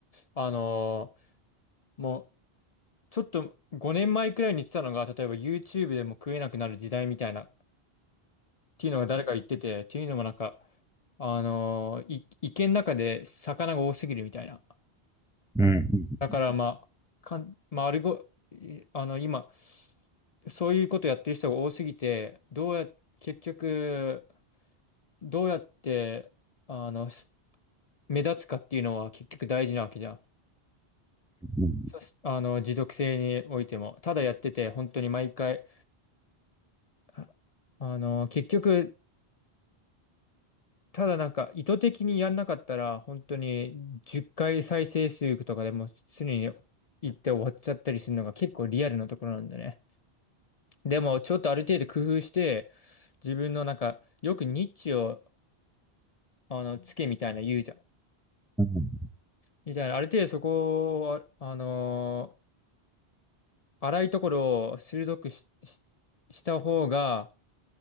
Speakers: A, on the left; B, in the centre.
A: あのーもう、ちょっと5年前くらいに言ってたのが、例えば YouTube でも食えなくなる時代みたいな、っていうのが誰か言ってて、っていうのもなんか、あのい、池の中で魚が多すぎるみたいな。
B: うん。う
A: だからまあ、
B: ん
A: かん、まあ、あれご、いあの、今、そういうことやってる人が多すぎて、どうや、結局、どうやって、あの、す目立つかっていうのは結局大事なわけじゃん。
B: うん
A: そしあの、持続性においても。ただやってて、本当に毎回、ああの、結局、ただなんか意図的にやんなかったら、本当に10回再生数とかでも常に行って終わっちゃったりするのが結構リアルなところなんだね。でもちょっとある程度工夫して、自分のなんか、よくニッチを、あの、つけみたいな言うじゃん。
B: うんうん
A: みたいな、ある程度そこを、あ、あのー荒いところを鋭くし、し、した方が、